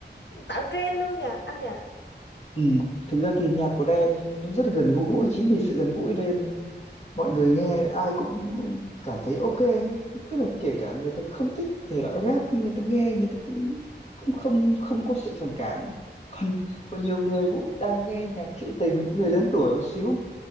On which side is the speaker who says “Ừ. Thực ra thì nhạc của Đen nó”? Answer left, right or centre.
Left